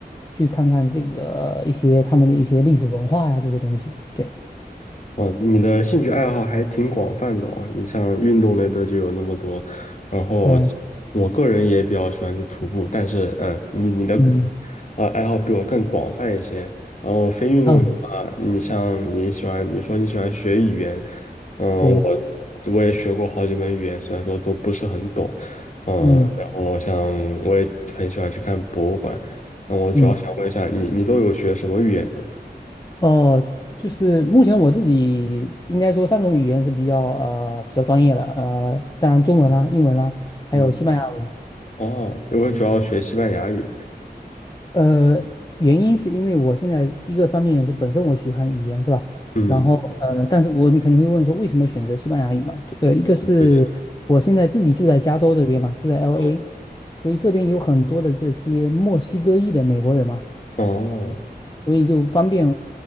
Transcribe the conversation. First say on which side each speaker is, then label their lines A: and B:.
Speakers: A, on the left; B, on the left.
A: 去看看这个一些他们的一些历史文化呀这些东西。对，
B: 哦，你的兴趣爱好还挺广泛的哦。你像运动类的就有那么多，然后
A: 嗯
B: 我个人也比较喜欢去徒步，但是嗯，呃你你的
A: 嗯
B: 呃爱好比我更广泛一些。然后非运动的话，
A: 啊，
B: 你像你喜欢，你说你喜欢学语言，嗯，
A: 对，
B: 我我也学过好几门语言，虽然说都不是很懂，嗯，
A: 嗯
B: 然后像我也很喜欢去看博物馆。那我主要想问一下，
A: 嗯。
B: 你你都有学什么语言呢？
A: 哦，就是目前我自己应该说三种语言是比较呃比较专业的，呃，当然中文啦、英文啦，还有西班牙文。
B: 嗯，哦，我主要学西班牙语。
A: 呃，原因是因为我现在一个方面是本身我喜欢语言是吧？
B: 嗯，
A: 然后呃，但是我你肯定会问说为什么选择西班牙语嘛？呃，一个是我现在自己住在加州这边嘛，
B: 对对对，
A: 住在 LA，
B: 嗯
A: 所以这边有很多的这些墨西哥裔的美国人嘛。
B: 哦，
A: 所以就方便。